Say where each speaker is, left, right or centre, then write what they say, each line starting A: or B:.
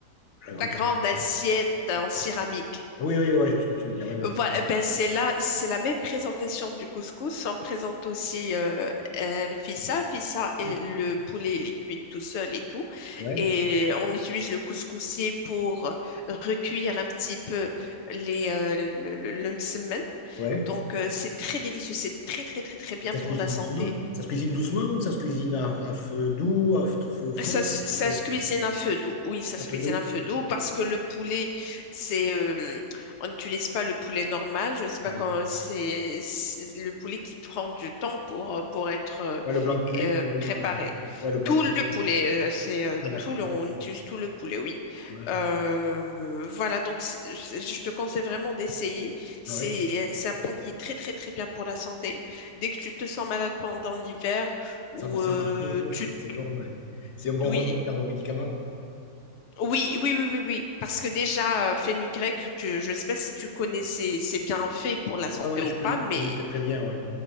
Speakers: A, on the left (about 55°); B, on the left (about 75°).
A: La grande...
B: la grande assiette en céramique.
A: Oui, oui, oui, ouais, je vois ce que tu veux dire. Oui, oui.
B: Voilà, ben c'est là, c'est la même présentation du couscous. On présente aussi euh, euh, le fissa. Le fissa et
A: Ouais,
B: le poulet, il est cuit tout seul et tout.
A: ouais.
B: Et on utilise le couscoussier pour recuire un petit peu les, euh, le, le, le msemen.
A: Ouais.
B: Donc, euh, c'est très délicieux. C'est très, très, très, très bien
A: Ça
B: pour
A: se cuisine
B: la santé.
A: doucement? Ça se cuisine doucement ou ça se cuisine à, à feu doux, à feu feu fort?
B: Ça, s- ça
A: C'est-
B: se cuisine à feu doux. Oui, ça se
A: À feu
B: cuisine
A: doux?
B: à feu doux parce que le poulet, c'est, euh, on n'utilise pas le poulet normal. Je ne sais pas
A: Ouais.
B: quand c'est c'est le poulet qui prend du temps pour, euh, pour être euh,
A: Ouais, le blanc de poulet,
B: euh,
A: pour le moment,
B: préparé.
A: ouais. Ouais, le blanc
B: Tout
A: de
B: le
A: poulet.
B: poulet, euh, c'est euh,
A: Ah, d'accord.
B: tout le, on utilise tout le poulet, oui.
A: Ouais,
B: Euh,
A: d'accord.
B: voilà, donc c'est- c'est- je te conseille vraiment d'essayer. C'est,
A: Ah, ouais.
B: c'est un plat qui est très très très bien pour la santé. Dès que tu te sens malade pendant l'hiver ou
A: Ça, ça
B: euh,
A: marche bien, quoi.
B: tu
A: C'est c'est bon. ouais. C'est un bon
B: Oui,
A: remède, c'est un bon médicament.
B: oui, oui, oui, oui, oui. Parce que déjà, euh, fenugrec, tu, je ne sais pas si tu connais ses, ses bienfaits pour la santé
A: Ouais, ouais,
B: ou
A: je connais,
B: pas, mais
A: je connais très très bien, ouais.